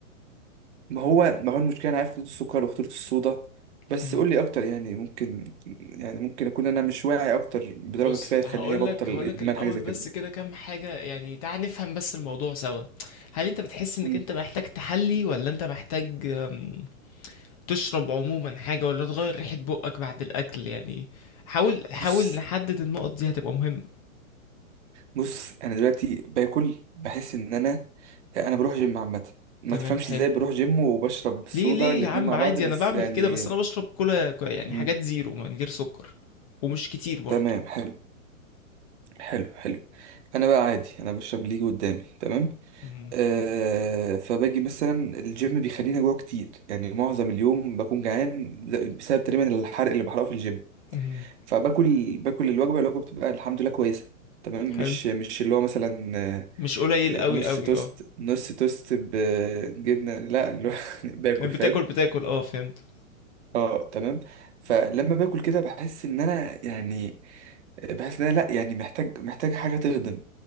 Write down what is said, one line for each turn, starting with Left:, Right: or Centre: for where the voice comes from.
Right: ما هو ما هو المشكله انا عارف خطوط السكر وخطوط الصودا بس
Left: امم
Right: قول لي اكتر يعني ممكن يعني ممكن اكون انا مش واعي اكتر بدرجه
Left: بص
Right: كفايه تخليني
Left: هقول
Right: ابطل
Left: لك
Right: الادمان
Left: هقول لك الاول
Right: حاجه زي
Left: بس
Right: كده
Left: كده كام حاجة يعني تعال نفهم بس الموضوع سوا هل انت بتحس انك
Right: مم.
Left: انت محتاج تحلي ولا انت محتاج أم، تشرب عموما حاجة ولا تغير ريحة بقك بعد الاكل يعني حاول حاول
Right: بص
Left: نحدد النقط دي هتبقى مهمة
Right: بص انا دلوقتي باكل بحس ان انا انا بروح جيم عامه ما
Left: تمام
Right: تفهمش
Left: حلو
Right: ازاي بروح جيم وبشرب صودا
Left: ليه ليه
Right: الاتنين
Left: يا عم
Right: مع
Left: عادي
Right: بعض بس
Left: انا بعمل
Right: يعني
Left: كده بس انا بشرب كولا كو- يعني
Right: مم.
Left: حاجات زيرو من غير سكر ومش كتير برضه
Right: تمام حلو حلو حلو انا بقى عادي انا بشرب اللي يجي قدامي تمام
Left: مهم.
Right: آه فباجي مثلا الجيم بيخليني اجوع كتير يعني معظم اليوم بكون جعان بسبب تقريبا الحرق اللي بحرقه في الجيم
Left: مهم.
Right: فباكل باكل الوجبه الوجبه بتبقى الحمد لله كويسه تمام مش
Left: حلو
Right: مش اللي هو مثلا آه،
Left: مش قليل
Right: آه،
Left: قوي
Right: نص
Left: قوي
Right: توست
Left: اه
Right: نص توست بجبنه لا اللي هو <laughs> باكل
Left: يعني
Right: فاهم
Left: بتاكل بتاكل اه فهمت
Right: اه تمام فلما باكل كده بحس ان انا يعني بحس ان انا لا يعني محتاج محتاج حاجه تهضم